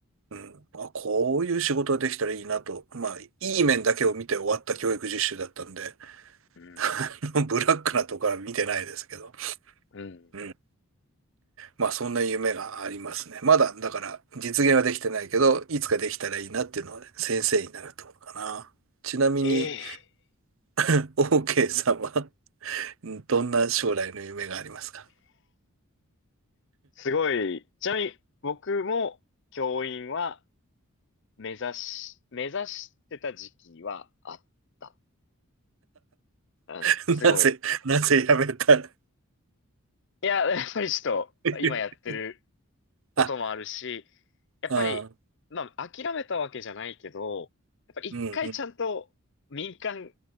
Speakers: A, on the right; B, on the left.
A: うん、まあ、こういう仕事ができたらいいなと、まあいい面だけを見て終わった教育実習だったんで、
B: うん。
A: <laughs> あのブラックなところは見てないですけど、
B: うん。
A: うん、まあそんな夢がありますね。まだだから実現はできてないけど、いつかできたらいいなっていうのはね、先生になるところかな。ちなみに、
B: ええー
A: <laughs> OK さんは、うんどんな将来の夢がありますか
B: すごい。ちなみに、僕も教員は、目指し、目指してた時期はあった。うん、
A: <laughs>
B: すごい。
A: なぜ、なぜ辞めた
B: いや、やっぱりちょっと、
A: <laughs>
B: 今やってることもあるし、
A: あ
B: やっぱり、
A: ああ、
B: まあ、諦めたわけじゃないけど、やっぱ一回ちゃんと民間
A: うんうん。